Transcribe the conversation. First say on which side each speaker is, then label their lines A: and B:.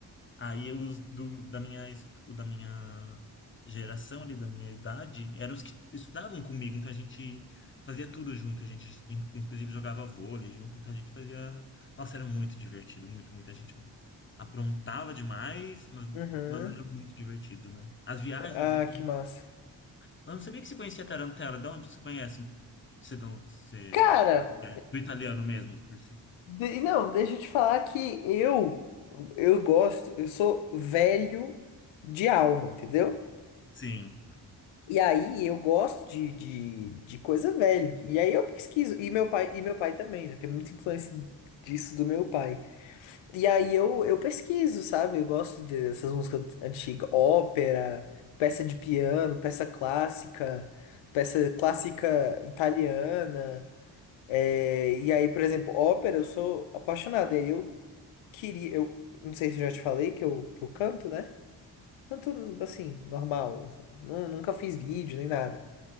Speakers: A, on the left; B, on the left.
A: Aí os do, da minha, es- o da minha geração ali, da minha idade, eram os que estudavam comigo, então a gente fazia tudo junto, a gente in- inclusive jogava vôlei junto, então a gente fazia... Nossa, era muito divertido, muito, muito. A gente aprontava demais, mas,
B: Uhum.
A: mas era muito divertido, né? As viagens,
B: Ah,
A: então...
B: que
A: não-
B: massa.
A: Mas Eu não sabia que você conhecia Tarantella, de onde você conhece? Você, não- você...
B: Cara,
A: Do italiano mesmo, por si.
B: de- não, deixa eu te falar que eu eu gosto, eu sou velho de alma, entendeu?
A: Sim.
B: E aí eu gosto de, de, de coisa velha. E aí eu pesquiso. E meu pai, e meu pai também, né? Tem muita influência disso do meu pai. E aí eu, eu pesquiso, sabe? Eu gosto dessas músicas antigas, ópera, peça de piano, peça clássica, peça clássica italiana. É, e aí, por exemplo, ópera, eu sou apaixonado. E aí eu queria, eu não sei se eu já te falei que eu, que eu canto, né? Canto assim, normal. assim. Nu- Nunca fiz vídeo nem nada.